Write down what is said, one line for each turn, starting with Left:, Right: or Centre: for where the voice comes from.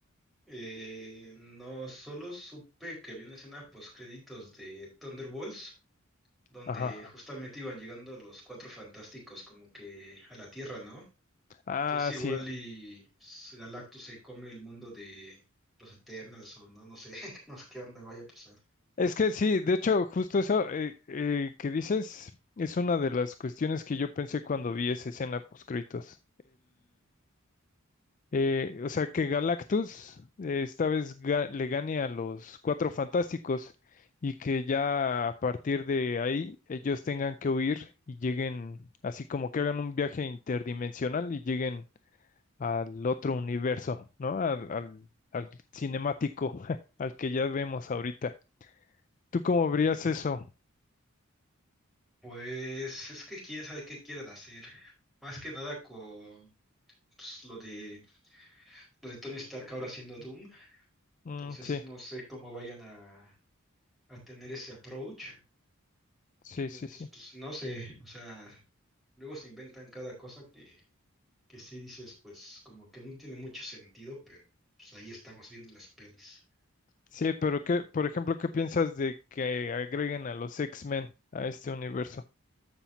Centre: Eh, no, solo supe que había una escena post créditos de Thunderbolts donde
Left: Ajá.
Centre: justamente iban llegando los cuatro fantásticos como que a la Tierra, ¿no?
Left: Ah,
Centre: Entonces igual
Left: sí.
Centre: y pues, Galactus se come el mundo de los Eternals o no, no sé, <laughs> no sé qué onda vaya a pasar.
Left: Es que sí, de hecho, justo eso eh, eh, que dices es una de las cuestiones que yo pensé cuando vi esa escena post-créditos. Eh, o sea, que Galactus eh, esta vez ga- le gane a los Cuatro Fantásticos y que ya a partir de ahí ellos tengan que huir y lleguen, así como que hagan un viaje interdimensional y lleguen al otro universo, ¿no? Al, al, al cinemático, <laughs> al que ya vemos ahorita. ¿Tú cómo verías eso?
Centre: Pues es que quién sabe qué quieran hacer. Más que nada con pues, lo de lo de Tony Stark ahora haciendo Doom.
Left: Mm,
Centre: Entonces
Left: sí,
Centre: no sé cómo vayan a, a tener ese approach.
Left: sí,
Centre: Entonces,
Left: sí, sí.
Centre: pues no sé, o sea, luego se inventan cada cosa que que sí dices, pues como que no tiene mucho sentido, pero pues ahí estamos viendo las pelis.
Left: Sí, pero qué, por ejemplo, ¿qué piensas de que agreguen a los X-Men a este universo?